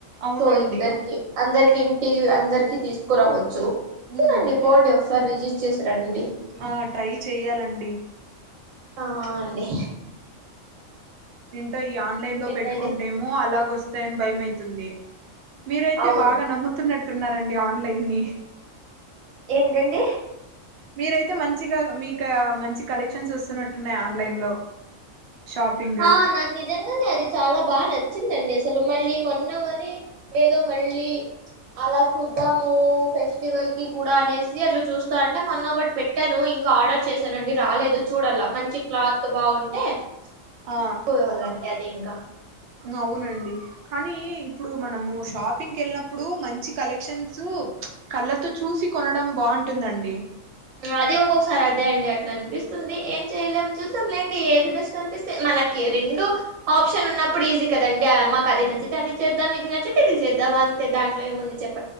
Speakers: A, on the right; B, on the right.
A: అవునండి
B: సో ఇద్దరికి అందరికి ఇంటి అందరికీ తీసుకురావచ్చు
A: ఉమ్
B: చూడండి పోండి ఒకసారి విజి వచ్చేస రండి
A: ఆ ట్రై చెయ్యాలండి
B: ఆ అండి
A: ఏంటో ఈ
B: మరి
A: ఆన్లైన్
B: ఇంకేంటండి
A: లో పెట్టుకుంటేమో అలాగ వస్తాయని భయమయి తున్ని మీరయితే
B: అవును
A: బాగా నమ్ముతున్నట్టు అంటున్నారండి ఆన్లైన్ ని
B: ఏంటండి
A: మీరైతే మంచిగా మీకా మంచి కలెక్షన్స్ వస్తున్నట్టున్నాయి ఆన్లైన్ లో షాపింగ్
B: ఆ నాకు నిజంగానే అది చాలా బా నచ్చిందండి అసలు మళ్ళీ మొన్న కాని ఏదో మళ్ళీ అలా చూద్దాము ఫెస్టివల్ కి కూడా అనేసి అట్లా చూస్తా అంటే మొన్న ఒకటి పెట్టాను ఇంకా ఆర్డర్ చేశానండి రాలేదు చూడాల్లా మంచి క్లాత్ బావుంటే
A: ఆ
B: ఇసుకో లా అదింక
A: అవునండి కానీ ఇప్పుడు మనము షాప్ ప్పింగ్కి వెళ్ళినప్పుడు మంచి కలెక్షన్సు కళ్ళతో చూసి కొనడం బాగుంటుందండి
B: అది ఒక్కొక్కసారి అదే అండి అట్లా అనిపిస్తుంది ఏం చెయలేం చూద్దాం లేండి ఏది బెస్ట్ అనిపిస్తే మనకి రెండు ఆప్షన్ ఉన్నప్పుడు ఈజీ కదండి మాకు అది నచ్చితే అది చేద్దాం ఇది నచ్చితే ఇది చేద్దాం అంతే దాంట్లో ఏముంది చెప్